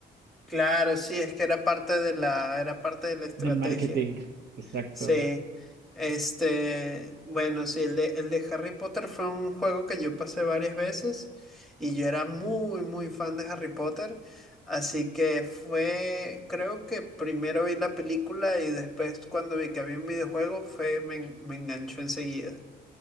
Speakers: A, in the centre; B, on the right (about 60°).
A: Claro, sí, es que era parte de la, era parte de la estrategia.
B: del marketing, exacto.
A: Sí, este, bueno, sí, el de, el de Harry Potter fue un juego que yo pasé varias veces y yo era muy, muy fan de Harry Potter, así que fue, creo que primero vi la película y después cuando vi que había un videojuego fue, me, en- me enganchó enseguida.